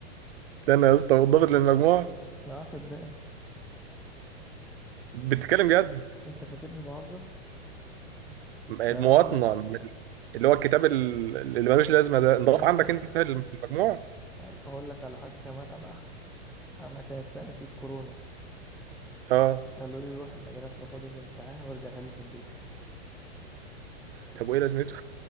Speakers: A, on the right; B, in the centre.
A: استنى يا اسطى بتنضاف للمجموع
B: ما صدقني
A: بتتكلم جد
B: أنت فاكرني بهزر؟
A: المواطنة
B: ده أنا أقول لك
A: من اللي هو الكتاب ال- اللي ملوش لازمة ده انضاف
B: هاي
A: عندك انت للم- في المجموع
B: هاي أقول لك على حاجة كمان أنا أنا كانت سنتي الكورونا
A: اه
B: قالوا لي روح المدرسة خد الامتحان وارجع حله في البيت
A: طب وايه لازمته؟